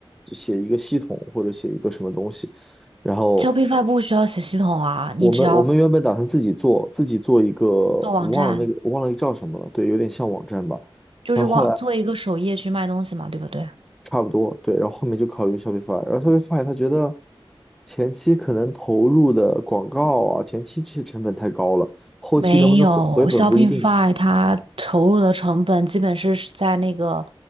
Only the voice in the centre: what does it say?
写一个系统或者写一个什么东西，然后。
我们我们原本打算自己做，
自己做一个，我忘了那个我忘了叫什么了，
对，有点像网站吧。
然后后来
差不多，对，然后后面就考虑 Shopify，然后 Shopify 他觉得前期可能投入的广告啊，前期这些成本太高了，后期能不能回回本不一定。